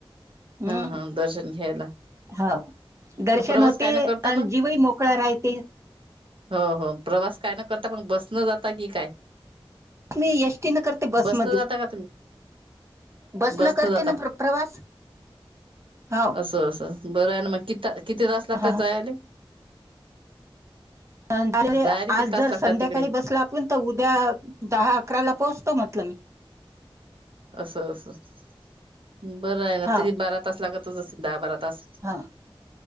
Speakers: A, on the right; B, on the right.
A: हम्म
B: हा हा दर्शन घ्यायला.
A: हो दर्शन
B: प्रवास
A: होते
B: काय न करता
A: आणि
B: मग?
A: जीव ही मोकळा राहिते.
B: हो हो प्रवास कायन करता पण बस नं जाता की काय
A: मी एस टी न करते बस
B: बसनं
A: मधून
B: जाता का तुम्ही?
A: बस
B: बसनं
A: न करत
B: जाता.
A: ना प्र प्रवास हो
B: असं असं बरं हाय ना मग कि किती तास लागतात
A: हा
B: जायले.
A: <unintelligible>
B: जायाले किती
A: आज
B: तास
A: जर
B: लागतात
A: संध्याकाळी
B: तिकडे?
A: बसला आपण तर उद्या दहा अकराला पोहोचतो म्हटलं मी.
B: असं असं बरं हाय ना
A: हा
B: तरी बारा तास लागतच असतीन दहा बारा तास.
A: हा